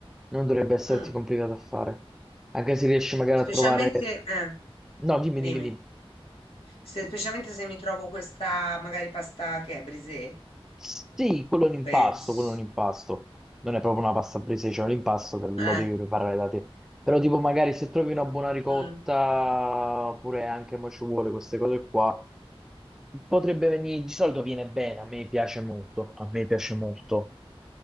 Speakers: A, in the centre; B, on the left.
A: Non dovrebbe esserti
B: Mm.
A: complicato a fare. Anche se riesci magari a
B: Specialmente,
A: trovare...
B: eh,
A: No, dimmi,
B: dimmi,
A: dimmi, dimmi.
B: se, specialmente se mi trovo questa magari pasta che è brisée,
A: Sì, quello è un impasto,
B: penso.
A: quello è un impasto. Non è proprio una pasta presa, cioè un impasto che lo
B: Eh.
A: devi preparare da te. Però tipo magari se trovi una buona ricotta,
B: mm,
A: oppure anche mo ci vuole queste cose qua, Potrebbe venire, di solito viene bene, a me piace molto, a me piace molto.